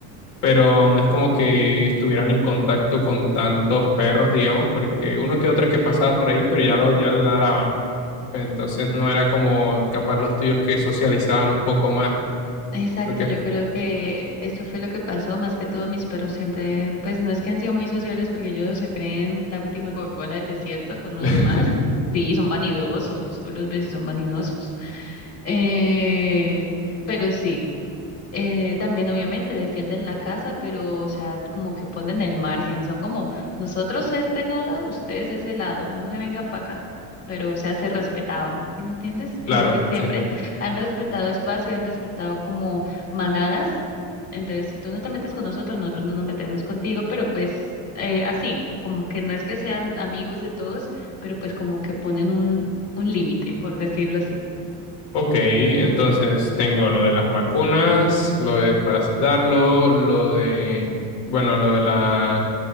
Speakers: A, on the left (about 55°); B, on the left (about 35°).
A: pero no es como que estuvieran en contacto con tantos perros,
B: Ujú.
A: digamos, porque uno que otro que pasaba por ahí, pero ya, lo, ya le ladraban. Entonces no era como capaz los tuyos que socializaban un poco más.
B: Exacto,
A: Creo que,
B: yo creo que eso fue lo que pasó, más que todo mis perros siempre, pues no es que han sido muy sociables porque ellos se creen la última Coca-Cola del desierto con los
A: <laughs>
B: demás. Sí, son vanidosos, tú los ves y son vanidosos. Eh, pero sí, eh, también obviamente defienden la casa, pero o sea, como que ponen el margen, son como nosotros este lado, ustedes ese lado, no se vengan para acá, pero o sea, se respetaban, ¿sí me entiendes?
A: claro,
B: Como que siempre
A: sí.
B: han respetado espacio, han respetado como manadas, entonces si tú no te metes con nosotros, nosotros no nos metemos contigo, pero pues eh, así, como que no es que sean amigos de todos, pero pues como que ponen un, un límite, por decirlo así.
A: Ok, entonces tengo lo de las vacunas, lo de desparasitarlo, lo de, bueno, lo de la,